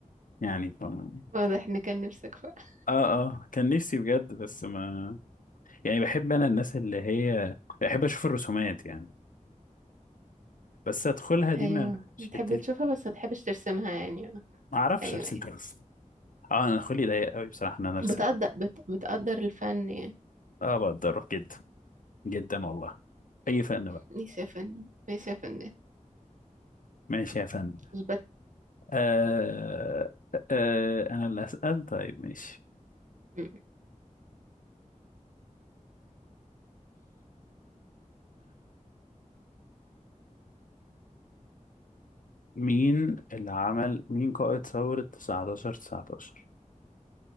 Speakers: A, on the left; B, on the right.
A: يعني فم-
B: واضح ان كان نفسك بقى
A: اه اه كان نفسي بجد بس ما يعني بحب انا الناس اللي هي بحب اشوف الرسومات يعني بس ادخلها دي
B: ايوه
A: ما مش
B: بتحب
A: حتتي
B: تشوفها بس ما تحبش ترسمها يعني اه.
A: ما اعرفش
B: ايوه
A: ارسم
B: ايوه
A: اصلا اه انا خلقي ضيق قوي بصراحه ان انا ارسم
B: بتقدر بت... بتقدر الفن يعني
A: اه بقدره جدا جدا والله اي فن بقى
B: ماشي يا فنان ماشي يا فنان
A: ماشي يا فن
B: اثبت
A: آه آه انا اللي اسال طيب ماشي
B: مم.
A: مين اللي عمل مين قائد ثورة 19 19